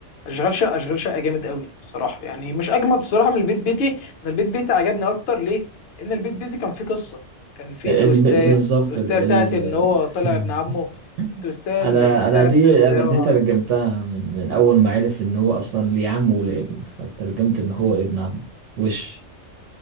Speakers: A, on the left (about 65°); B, on the right (about 75°).
A: اشغال شقه اشغال شقه جامد قوي الصراحه يعني مش اجمد الصراحه من البيت بيتي انا البيت بيتي عجبني اكتر ليه ان البيت بيتي كان فيه قصه كان فيه
B: الب...
A: تويستايه
B: بالظبط
A: التويستايه
B: ال... ال...
A: بتاعت ان هو طلع ابن عمه
B: <laughs>
A: التويستايه
B: انا
A: إن- بتاعت
B: انا دي
A: اللي
B: انا
A: هو
B: دي ترجمتها
A: اه
B: من من اول ما عرف ان هو اصلا ليه عم وليه ابن فترجمت ان هو ابن عم وش